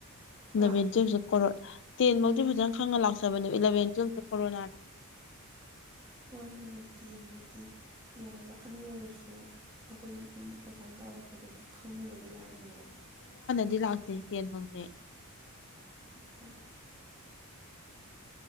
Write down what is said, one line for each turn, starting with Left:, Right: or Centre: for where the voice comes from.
Right: ꯍꯥ
Left: ꯏꯂꯚꯦꯟ ꯇꯨꯌꯦꯜꯞꯁꯦ ꯀꯣꯔ ꯇꯦꯟ ꯃꯧꯛꯇꯤ ꯐꯖꯅ ꯈꯪꯅ ꯂꯥꯛꯆꯕꯅꯦ ꯏꯂꯚꯦꯟ ꯍꯧ ꯀꯣꯔꯣꯅꯥꯅ
Right: ꯃꯥꯅꯤ ꯀꯩꯅꯣ ꯇꯦꯟꯗꯗꯤ ꯌꯥꯝ ꯋꯥꯅ ꯑꯣꯏꯔꯁꯨ ꯑꯩꯈꯣꯏ ꯑꯗꯨꯝ ꯑꯣꯖꯥꯅ ꯇꯥꯂꯛꯄ ꯄꯣꯠꯇꯨ ꯑꯗꯨ ꯈꯪꯉꯒꯗꯤ ꯂꯥꯛꯏꯅꯦꯕ
Left: ꯗꯤ ꯂꯥꯛꯇꯦ ꯇꯦꯟ ꯐꯪꯗꯦ
Right: ꯍꯣꯏ